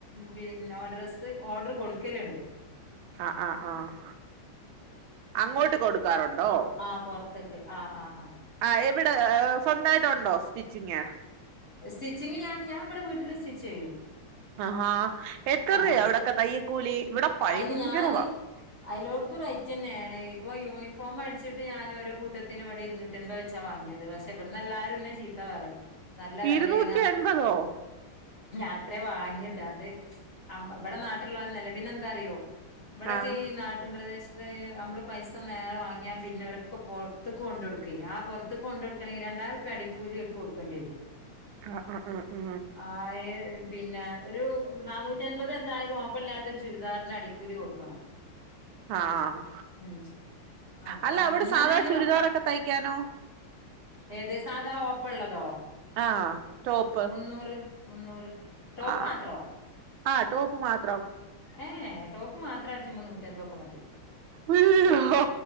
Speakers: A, on the left; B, on the right.
A: പിന്നെഓഡ്രസ്സ് ഓഡർ കൊടുക്കലണ്ട്
B: ആഹ് ആഹ് ആഹ് അങ്ങോട്ട് കൊടുക്കാറുണ്ടോ
A: ആഹ് പുറത്തേക്ക് ആഹ് ആഹ് ആഹ്
B: ആ എവിടെ സ്വന്തമായിട്ടുണ്ടോ സ്റ്റിച്ചിങ്
A: സ്റ്റിച്ചിങ് ഞാൻ ഞാൻ ഇവിടെ വീട്ടിൽ സ്റ്റി ചെയ്യും
B: ആഹാ എത്തറുയാ
A: ആ
B: അവിടെക്കെ തയ്യക്കൂലി ഇവിടെ ഭയങ്കരവാ
A: അയിന് ഞാന് അതിലോടത്ത് റൈറ്റ് തന്നെയാണ് ഇപ്പൊ യൂണിഫോം അടിച്ചിട്ട്ഞാൻ ഓരോ കൂട്ടത്തിനവിടെരുന്നൂറ്റമ്പത് ചച്ച വാങ്ങിയത് പക്ഷെ ഇവിടുന്ന് എല്ലാരുംന്നെ ചീത്ത പറയും നല്ല വിലയാണ്
B: ഇരുന്നൂറ്റി എൺപതോ
A: അത്രയേ വാങ്ങിയത് തത് ആം ഇവിടെ നാട്ടിലുള്ള നില പിന്നെ എന്താ അറിയോ ഇവിടെക്കെ
B: ആഹ്
A: ഈ നാട്ടും പ്രദേശം ഈ നമ്മള് പൈസ നേരെ വാങ്ങിയാ പിന്നെരൊക്കെ പുറത്തേക്ക് കൊണ്ട കൊടുക്ക ആ പുറത്തക്ക് കൊണ്ട് കൊടുക്കണെങ്കിൽ രണ്ടായിരം പടിക്കൂലി ഓർക്കു കൊടുക്കേണ്ടിരു
B: ആഹ് ആഹ് ആഹ്
A: ആഹ് ഏ പിന്നെ ഒരു നന്നൂറ്റി അൻപത് എന്തായാലും ഓപ്പണില്ലാത്ത ഒരു ചുരിദാർ അടി ക്കൂലി കൊടുക്കണം
B: ആഹ്
A: ഉം അപ്പൊ
B: അല്ല
A: അങ്ങനെണ്ട്
B: അവിടെ സാധാ ചുരിതാർ
A: വാ
B: ഒക്കെ തയ്ക്കാനോ
A: ഏത് സാധാ ഓപ്പ് ഉള്ളതോ
B: ആഹ് ടോപ്പ്
A: മുന്നൂറ് മുന്നൂറ് ടോപ്പ്
B: ആഹ്
A: മാത്രോ
B: ആഹ് ടോപ്പ് മാത്രം
A: ഏഹ ടോപ്പ് മാത്രം അടിച്ചും നൂറ്റി അൻപോക്ക മതി
B: അയ്യോ